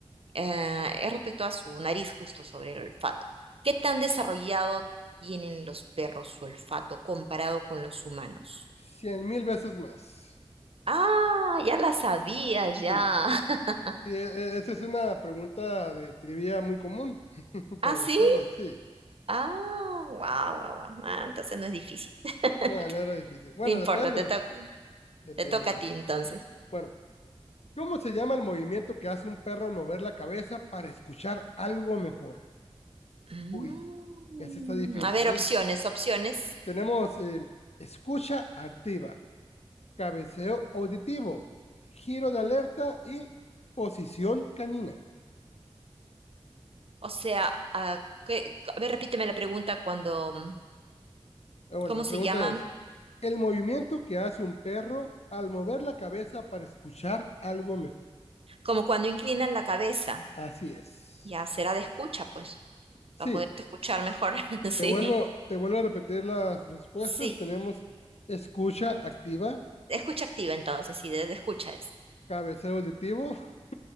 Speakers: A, on the right (about 60°); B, on the left (about 80°).
A: eh, es respecto a su nariz justo sobre el olfato. ¿Qué tan desarrollado tienen los perros su olfato comparado con los humanos?
B: cien mil veces más.
A: Ah, ya la sabía, ya.
B: Sí.
A: <laughs>
B: Sí, e- e- esa es una pregunta de trivia muy común <laughs> para
A: ¿Ah, sí?
B: los perros, sí.
A: Ah, wow, wow, wow. Ah, entonces no es difícil. <laughs>
B: No, no era difícil. Bueno,
A: No importa,
B: depende,
A: te to-
B: depende
A: te toca
B: ahí.
A: a ti entonces.
B: Bueno, ¿cómo se llama el movimiento que hace un perro al mover la cabeza para escuchar algo mejor?
A: Mm,
B: Uy, ese está difícil,
A: a ver, opciones,
B: ¿eh?
A: opciones.
B: Tenemos eh, escucha activa, cabeceo auditivo, giro de alerta y posición canina.
A: O sea, ah, ¿qué- a ver, repíteme la pregunta cuando, mm,
B: Ah, Bueno,
A: ¿cómo
B: la pregunta
A: se llama?
B: es, ¿el movimiento que hace un perro al mover la cabeza para escuchar algo mejor?
A: Como cuando inclinan la cabeza.
B: Así es.
A: Ya será de escucha, pues,
B: Sí,
A: para poderte escuchar mejor. <laughs> Sí,
B: Te vuelvo, te vuelvo a repetir las respuestas.
A: sí,
B: Tenemos escucha activa,
A: escucha activa entonces, sí, de de escucha es.
B: cabeceo auditivo, <laughs>